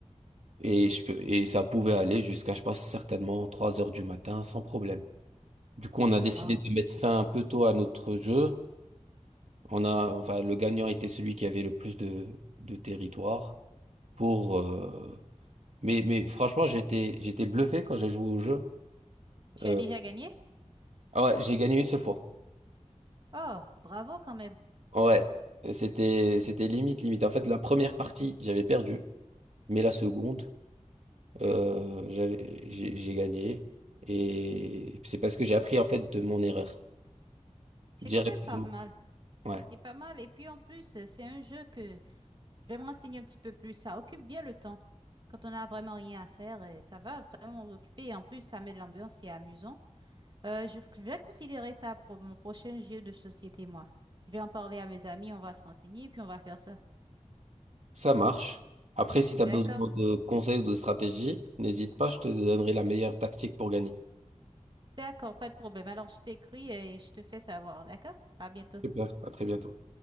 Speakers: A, on the right (about 65°); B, on the right (about 40°).
A: Et, je peux, et ça pouvait aller jusqu'à, je pense, certainement trois heures du matin sans problème. Du coup, on a décidé
B: Oh,
A: de mettre fin un peu tôt à notre jeu. On a, enfin, le gagnant était celui qui avait le plus de, de territoire pour, euh, mais, mais franchement, j'étais, j'étais bluffé quand j'ai joué au jeu.
B: tu
A: Euh,
B: as déjà gagné?
A: ah ouais, j'ai gagné une seule fois.
B: Oh, bravo quand même.
A: Ouais, c'était c'était limite limite. En fait, la première partie, j'avais perdu, mais la seconde, euh, j'avais- j'ai j'ai gagné et c'est parce que j'ai appris en fait de mon erreur
B: C'est
A: directement.
B: quand même pas mal.
A: Ouais,
B: C'est pas mal. Et puis en plus, c'est un jeu que... Je vais me renseigner un petit peu plus. Ça occupe bien le temps. Quand on n'a vraiment rien à faire, et ça va vraiment nous occuper. Et en plus, ça met de l'ambiance, c'est amusant. Euh, je, je vais considérer ça pour mon prochain jeu de société, moi. Je vais en parler à mes amis, on va se renseigner, puis on va faire ça.
A: ça marche. Après, si tu as
B: D'accord?
A: besoin de conseils ou de stratégie, n'hésite pas, je te donnerai la meilleure tactique pour gagner.
B: D'accord, pas de problème. Alors, je t'écris et je te fais savoir. D'accord? À bientôt.
A: Super, à très bientôt.